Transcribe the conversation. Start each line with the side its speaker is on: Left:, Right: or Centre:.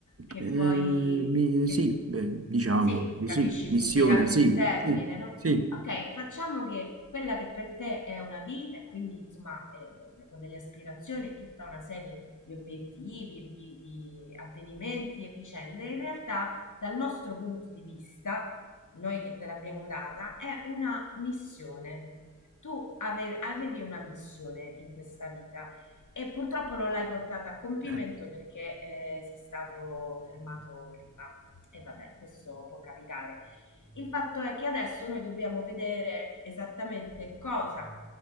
Left: che
Right: Eh,
Left: poi...
Right: mi-
Left: Che
Right: sì,
Left: tu-
Right: beh, diciamo,
Left: sì,
Right: di
Left: capisci
Right: sì,
Left: il
Right: missione,
Left: significato
Right: sì,
Left: del termine,
Right: sì,
Left: no?
Right: sì.
Left: Ok, facciamo che quella che per te è una vita e quindi, insomma, eh, con delle aspirazioni e tutta una serie di obiettivi, di, di avvenimenti e vicende, in realtà dal nostro punto di vista, noi che te l'abbiamo data, è una missione tu ave- avevi una missione in questa vita e purtroppo non l'hai portata a compimento
Right: Eh,
Left: perché eh, sei stato fermato prima. E vabbè, questo può capitare. Il fatto è che adesso noi dobbiamo vedere esattamente cosa,